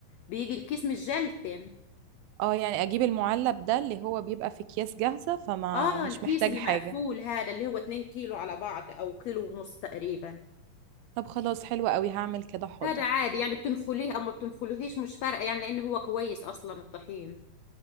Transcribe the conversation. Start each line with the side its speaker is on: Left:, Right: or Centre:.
Left: بيجي الكيس مش جلتن
Right: اه يعني اجيب المعلب ده اللي هو بيبقى في اكياس جاهزه فما
Left: اه
Right: مش
Left: الكيس
Right: محتاج
Left: اللي
Right: حاجه
Left: مقفول هذا اللي هو 2 كيلو على بعض او كيلو ونص تقريبا
Right: طب خلاص حلوة قوي هعمل كده حاضر
Left: هذا عادي يعني بتنخليه او ما بتنخليهش مش فارقه يعني لان هو كويس اصلا الطحين